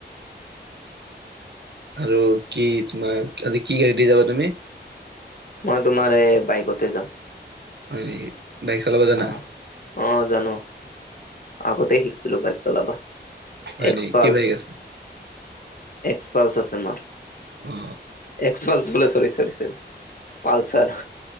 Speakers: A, on the right; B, on the left.
A: আৰু কি তোমাৰ আজি কি গাড়ী দি যাবা তুমি
B: মই তোমাৰ এই বাইকতে যাম
A: হয় নেকি বাইক চলাব জানা
B: অ' অ জানো আগতে শিকিছিলো বাইক চলাবা
A: হয়
B: এক্স
A: নেকি
B: পাল
A: কি বাইক আছে
B: এক্সপালছ আছে মোৰ
A: অ
B: এক্সপাল চৰি চৰি পালছাৰ